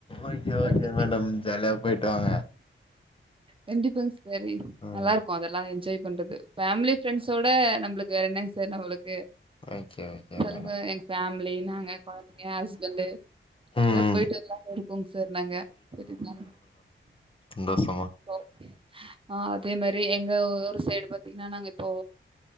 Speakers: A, on the left; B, on the right.
A: ஓகே
B: வரதுக்கு
A: ஓகே மேடம் ஜாலியா போயிட்டு வாங்க
B: கண்டிப்பாங் சாரி
A: ம்
B: நல்லாருக் அதெல்லா என்ஜாய் பண்றது ஃபேமிலி ஃப்ரெண்ட்ஸோட நம்ளுக்கு வேற என்னங்க சார் நம்மளுக்கு
A: ஓகே ஓகே
B: சொல்லுங்க
A: மேடம்
B: எங்க ஃபேமிலி நாங்க கொழந்தைங்க ஹஸ்பண்டு
A: ம்
B: எல்லா போயிட்டு வர்லான் இருக்கோங்க சார் நாங்க போய்ட்டு
A: சந்தோசமா
B: ஓகே ஆ அதே மாரி எங்க ஊரு சைடு பாத்தீங்னா நாங்க இப்போ